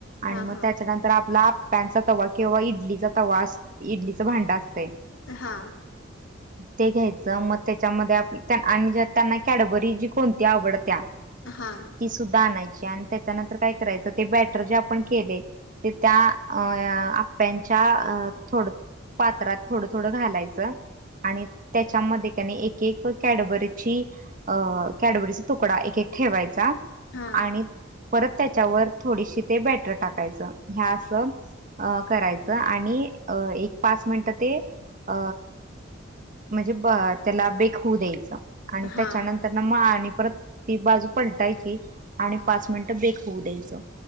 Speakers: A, on the right; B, on the left.
A: आणि
B: हा हा
A: मग
B: हा
A: त्याच्यानंतर आपला. पॅनचा तवा किंवा इडलीचा तवा, इडलीच भांड असतंय.
B: हां.
A: ते घ्यायचं. मग त्यांच्यामध्ये आपली आणि त्यांना कॅडबरी जी कोणती आवडत्या.
B: हां.
A: ती सुद्धा आणायची, आणि त्याच्यानंतर काय करायचं ते बॅटर जे आपण केले. ते त्या, अ.. आ... त्यांच्या थोड पात्रात थोडं थोडं घालायचं आणि, त्यांच्यामध्ये कनी एक एक कॅडबरीची अं, कॅडबरीचा तुकडा एक एक. ठेवायचा,
B: हा
A: आणि परत त्यांच्यावर थोडीशी ते बॅटर टाकायचं. हा, असं करायचं आणि, अ एक पाच मिनटं ते अ... म्हणजे ब त्याला बेक होऊ द्यायचं. आणि
B: हा
A: त्याच्यानंतर, त्यांना मग आणि परत, ती बाजू पलटायची आणि पाच मिनिटं बेक होऊ द्यायचं.